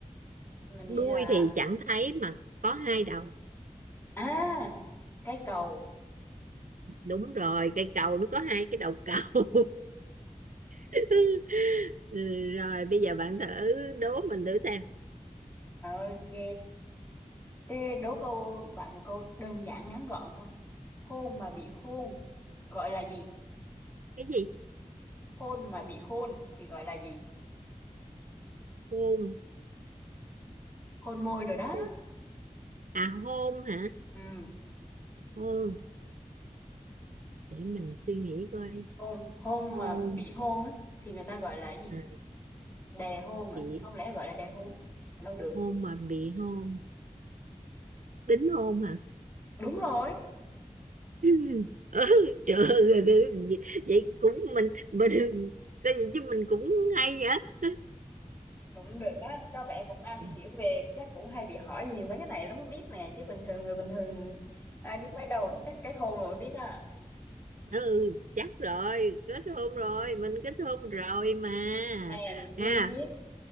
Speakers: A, on the left; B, on the right.
A: mình nghĩ
B: đuôi
A: là
B: thì chẳng thấy mà có hai đầu
A: à cái cầu
B: đúng rồi cây cầu nó có hai cái đầu cầu <laughs> Ừ, rồi bây giờ bạn thử đố mình thử xem
A: ok thế đố câu bạn một câu đơn giản ngắn gọn thôi hôn mà bị hôn gọi là gì
B: cái gì
A: hôn mà bị hôn thì gọi là gì
B: hôn
A: hôn môi rồi đó
B: hôn. à hôn hả
A: ừ
B: hôn để mình suy nghĩ coi
A: hôn hôn
B: hôn
A: mà bị hôn á thì người ta gọi là cái gì
B: à,
A: đè hôn à
B: bị
A: không lẽ gọi là đè hôn đâu được
B: hôn mà bị hôn đính hôn hả
A: Đúng rồi,
B: <laughs> ừ, trời ơi vậy vậy cũng mình mình có gì chứ mình cũng hay vậy <laughs>
A: cũng được đó, có vẻ cũng am
B: Ừ.
A: hiểu về chắc cũng hay bị hỏi nhiều mấy cái này lắm mới biết nè, chứ bình thường người bình thường ai biết mấy đâu, chắc kết hôn rồi mới biết à.
B: ừ chắc rồi kết hôn rồi mình kết hôn rồi mà
A: Hèn chi
B: à
A: biết.